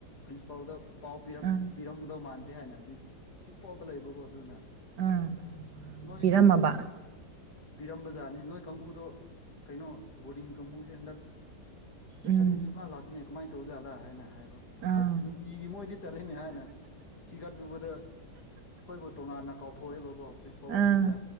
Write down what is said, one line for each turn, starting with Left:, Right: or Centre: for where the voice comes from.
Left: ꯄ꯭ꯔꯤꯟꯁꯤꯄꯥꯜꯗ ꯄꯥꯎ ꯄꯤꯔꯛ
Right: ꯎꯝ
Left: ꯄꯤꯔꯝꯗꯧ ꯃꯥꯟꯗꯦ ꯍꯥꯏꯅ ꯑꯗꯨ ꯁꯤꯝꯄꯜꯗ ꯂꯩꯕꯀꯣ ꯑꯗꯨꯅ
Right: ꯎꯝ
Left: ꯅꯣꯏ
Right: ꯄꯤꯔꯝꯃꯕ
Left: ꯄꯤꯔꯝ ꯕꯖꯥꯅꯤ ꯅꯣꯏ ꯀꯥꯡꯕꯨꯗꯣ ꯀꯩꯅꯣ ꯕꯣꯔꯗꯤꯡ ꯀꯥꯡꯕꯨꯁꯦ ꯍꯟꯗꯛ ꯇꯨꯏꯁꯟ
Right: ꯎꯝ
Left: ꯁꯨꯛꯂꯥꯡ ꯂꯥꯛꯇꯦꯅꯦ ꯀꯃꯥꯏꯅ ꯇꯧꯖꯠꯂ ꯍꯥꯏꯅ ꯍꯥꯏꯕ
Right: ꯑꯥ
Left: ꯑ ꯍꯣꯏꯠ ꯅꯨꯡꯇꯤꯒꯤ ꯃꯣꯏꯗꯤ ꯆꯠꯂꯤꯅꯦ ꯍꯥꯏꯅ ꯊꯤꯒꯠꯂꯨꯕꯗ ꯈꯣꯏꯕꯨ ꯇꯣꯉꯥꯟꯅ ꯀꯥꯎꯊꯣꯛꯑꯦꯕꯀꯣ ꯄ꯭ꯔꯤꯟꯁꯤꯄꯥꯜ
Right: ꯑꯥ
Left: ꯑꯣꯐꯤꯁꯇ